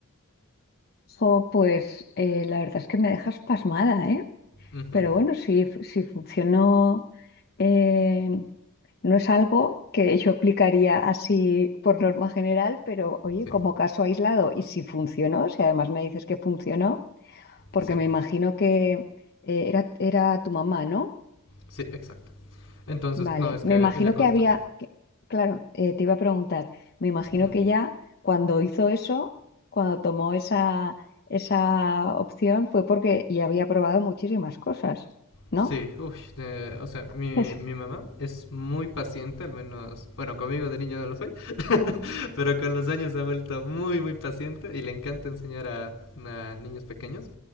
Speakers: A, on the left; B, on the left.
A: Jo, pues eh, la verdad es que me dejas pasmada, ¿eh?
B: Ujú,
A: Pero bueno, si, fu- si funcionó, eh, no es algo que yo aplicaría así por norma general, pero oye,
B: Sí,
A: como caso aislado, y si funcionó, si además me dices que funcionó, porque
B: sí,
A: me imagino que eh, era, era tu mamá, ¿no?
B: sí, exacto. Entonces,
A: Vale,
B: no, es
A: me
B: que
A: imagino
B: ella consta-
A: que había, que- claro, eh, te iba a preguntar, me imagino
B: ujú.
A: que ya cuando hizo eso, cuando tomó esa, esa opción, fue porque ya había probado muchísimas cosas, ¿no?
B: Sí, uy, de- o sea,
A: <laughs>
B: mi, mi mamá es muy paciente, al menos, bueno, conmigo de niño no lo fue, <laughs> pero con los años se ha vuelto muy, muy paciente y le encanta enseñar a, a niños pequeños.